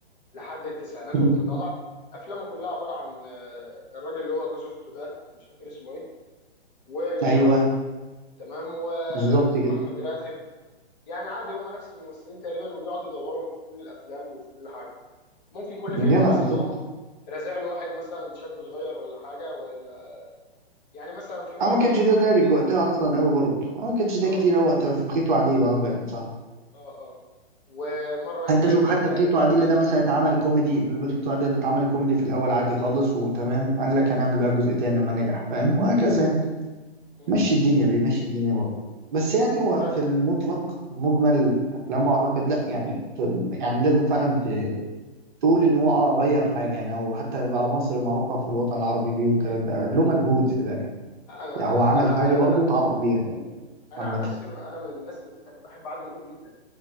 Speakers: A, on the left (about 40°); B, on the right (about 45°).
A: لحد التسعينات
B: مم.
A: وانت طالع افلامه كلها عباره عن آه، الراجل اللي هو جوز اخته ده مش فاكر اسمه ايه ويسرى
B: ايوه
A: تمام و...
B: بالظبط
A: واحمد
B: كده
A: راتب يعني عادي هم نفس الممثلين تقريبا وبيقعدوا يدورهم في كل الافلام وفي كل حاجه ممكن كل فيلم
B: جدع
A: مثلا
B: بالظبط
A: يقوم رازع له واحد مثلا شاب صغير ولا حاجه ولا يعني مثلا في مره
B: اه ما كانش
A: جاب محمد
B: ده دارج
A: هنيدي
B: وقتها اصلا قوي برضه اه ما كانش ده
A: اه
B: كتير أوي وقتها في بخيت وعديل اه باين صح
A: اه اه ومره يقوم
B: انت
A: جايب
B: شوف
A: مثلا
B: حتى
A: علاء
B: بخيت
A: ولي
B: وعديلة
A: الدين
B: ده مثلا اتعمل كوميدي بخيت وعديلة ده اتعمل كوميدي في الاول عادي خالص وتمام قال لك هنعمل بقى جزء تاني لما نجح فاهم وهكذا يعني
A: مم.
B: مشي الدنيا بيمشي الدنيا برضه بس يعني هو
A: طيب
B: في المطلق مجمل افلامه اعتقد لا يعني يعني لازم فعلا ت- تقول ان هو اه غير حاجه يعني او حتى بقى مصر معروفه في الوطن العربي بيه والكلام ده له مجهود في ده يعني,
A: لا، انا
B: يعني هو عمل
A: انا
B: حاجه
A: انا انا
B: برضه تعرف بيها يعني
A: انا
B: عامه
A: عن نفسي انا من الناس اللي بتح- بحب عادل امام جدا